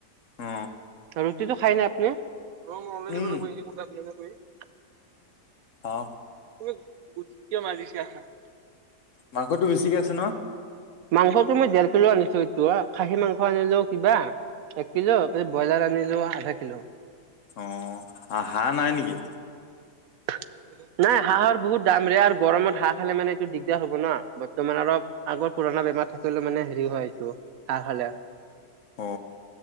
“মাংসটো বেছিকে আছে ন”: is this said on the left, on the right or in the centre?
Left